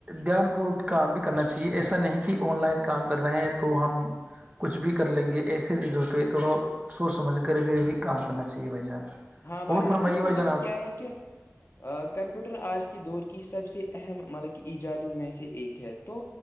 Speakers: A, on the right (about 30°); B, on the left (about 55°).
A: دھیان پوروک کام بھی کرنا چاہیے ایسا نہیں کہ آن لائن کام کر رہے ہیں تو ہم کچھ بھی کر لیں گے ایسے چیزوں پہ تھوڑا سوچ سمجھ کر کے ہی کام کرنا چاہیے بھائی جان
B: ہاں بھائی
A: اور
B: جان
A: فرمائیے
B: تو مطلب
A: بھائی
B: کی
A: آپ
B: کیا ہے کیا کمپیوٹر آج کی دور کی سب سے اہم ملک ایجادوں میں سے ایک ہے تو